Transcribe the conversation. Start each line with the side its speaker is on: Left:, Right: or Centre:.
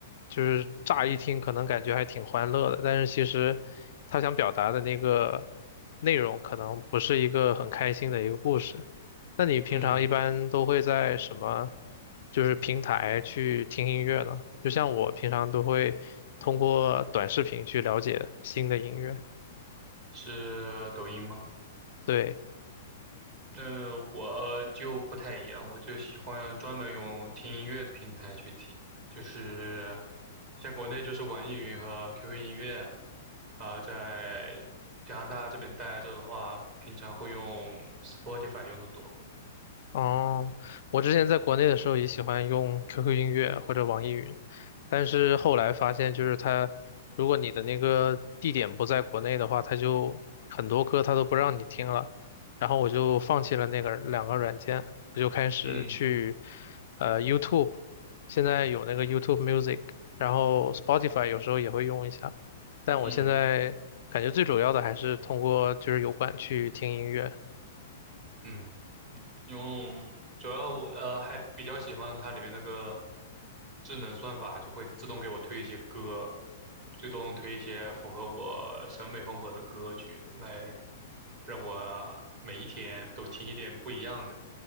Left: 就是乍一听可能感觉还挺欢乐的，但是其实他想表达的那个内容可能不是一个很开心的一个故事。那你平常一般都会在什么，
Right: 嗯，
Left: 就是平台去听音乐呢？就像我平常都会通过短视频去了解新的音乐。
Right: 是抖音吗？
Left: 对，
Right: 那我就不太一样，我就喜欢专门用听音乐的平台去听，就是像国内就是网易云和 QQ 音乐，啊、在加拿大这边待着的话，平常会用 Spotify 用的多。
Left: 哦，我之前在国内的时候也喜欢用 QQ 音乐或者网易云，但是后来发现，就是它，如果你的那个地点不在国内的话，它就很多歌它都不让你听了，然后我就放弃了那个两个软件，我就开始去
Right: 嗯
Left: 呃 YouTube，现在有那个 YouTube Music，然后 Spotify 有时候也会用一下，但我现在感觉最主要的还是通过就是油管去听音乐，
Right: 嗯嗯。用，主要我呃还比较喜欢它里面那个智能算法，就会自动给我推一些歌，自动推一些符合我审美风格的歌曲，来让我每一天都听一点不一样的。